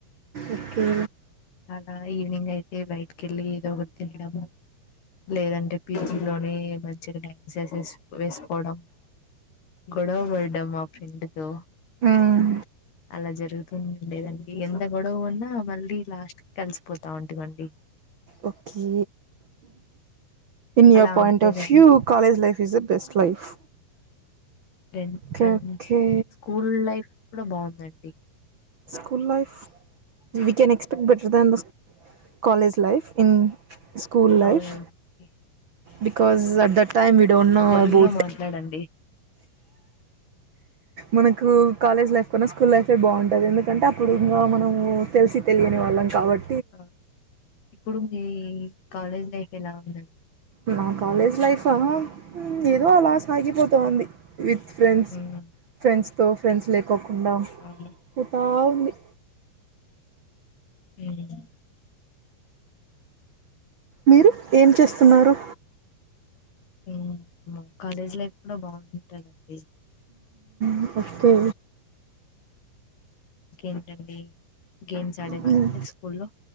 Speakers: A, on the right; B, on the left.
A: ఓకే
B: అలా ఈవినింగ్ అయితే ఏ బయటికి వెళ్ళి ఏదో ఒకటి తినడం లేదంటే పీజీలోనే మంచిగా డ్యాన్స్స వేసుకోవడం గొడవ పడ్డం మా ఫ్రెండ్ త
A: మ్మ్
B: అలా జరుగుతుండేదండి ఎంత గొడవ ఉన్నా మళ్ళీ లాస్ట్ కి కలిసిపోతా ఉంటామండి
A: పక్షీ ఇన్
B: అలా
A: యర్ పాయింట్
B: ఉండేదండి
A: ఆఫ్ view college life is a best life
B: రం
A: okay
B: and
A: okay
B: school life కూడా బాగుందండి
A: school life we can expect better than the స్ college life in school life
B: అవునండి
A: బికాజస్ దట్ ట విడౌనా
B: తెలుగులో
A: బూట
B: మాట్లాడండి
A: మనకు కాలేజ్ లైఫ్ కూడాన్నా స్కూల్ లైఫ్ బాగుంటుంది కద కంటే అప్పుడు
B: అవును
A: ఇంగా మనము తెల్సి తెల్యని వాళ్ళం కాబట్ట్
B: ఆ ఇప్పుడు మీ కాలేజ్ లైఫ్ ఎలావుందండి
A: నా కాలేజ్ లైఫా హుమ్ ఏదో అలా సాగిపోతుంది విత్ ఫ్రెండ్స్
B: మ్మ్
A: ఫ్రెండ్స్ తో ఫ్రెండ్స్ లే క్ పోకుండా
B: అవును
A: పోతావ్ మి
B: మ్
A: మీరు ఏమ్ చేస్తున్నారు
B: మ్ మా కాలేజ్ లైఫ్ కూడా బావుంటదండి
A: మ్ ఒకే
B: ఇంకేంటండి గేమ్స్ ఆడేవాళ్ళ
A: హ్మ్
B: మీరు స్కూల్లో